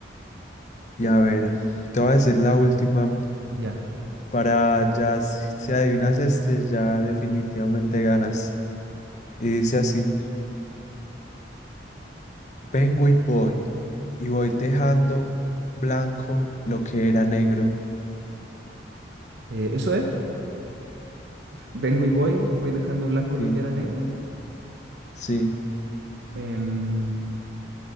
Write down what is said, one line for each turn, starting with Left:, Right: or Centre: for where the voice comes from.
Left: Y a ver, te voy a decir la última
Right: ya.
Left: para ya, si si adivinas este, ya definitivamente ganas. Y dice así, vengo y voy, y voy dejando blanco lo que era negro.
Right: Eh, eso es, vengo y voy, voy dejando blanco
Left: Sí,
Right: lo que era negro.
Left: sí,
Right: Em,